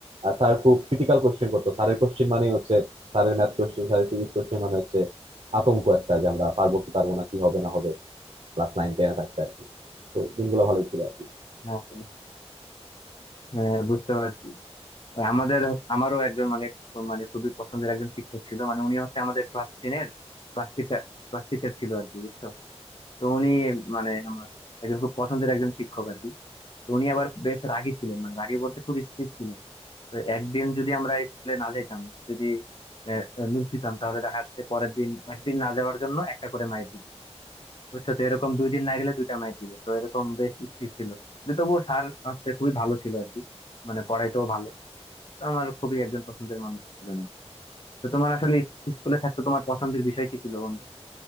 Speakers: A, on the right; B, on the left.
A: আর স্যার খুব ক্রিটিক্যাল কোশ্চেন করতো স্যারের কোশ্চেন মানে হচ্ছে স্যারের ম্যাথ কোশ্চেন স্যারের ফিজিক্স কোশ্চেন মানে হচ্ছে আতঙ্ক একটা যে আমরা পারবো কি পারবো না কি হবে না হবে ক্লাস নাইন টেনে থাকতে আর কি তো দিনগুলো ভালোই ছিল আর কি
B: হ্যাঁ হ্যাঁ, হ্যাঁ, বুঝতে পারছি ওই আমাদের হচ্ছে- আমারও একজন মানে মানে খুবই পছন্দের একজন শিক্ষক ছিল মানে উনি হচ্ছে আমাদের ক্লাস টেনের ক্লাস টিচার ক্লাস টিচার ছিল আর কি বুঝছো তো উনি মানে আমার একজন খুব পছন্দের একজন শিক্ষক আর কি তো উনি আবার বেশ রাগী ছিলেন মানে রাগী বলতে খুব স্ট্রিক্ট ছিলেন তো একদিন যদি আমরা স্কুলে না যেতাম যদি মিস দিতাম তাহলে দেখা যাচ্ছে পরের দিন একদিন না যাওয়ার জন্য একটা করে মাইর দিত বুঝছো তো এরকম দুই দিন না গেলে দুইটা মাইর দিবে তো এরকম বেশ স্ট্রিক্ট ছিল কিন্তু তবুও স্যার হচ্ছে খুবই ভালো ছিল আর কি মানে পড়াইতেও ভালো তো আমার খুবই একজন পছন্দের মানুষ ছিল না তো তোমার আসলে স্কুলে থাকতে তোমার পছন্দের বিষয় কি ছিল বন্ধু?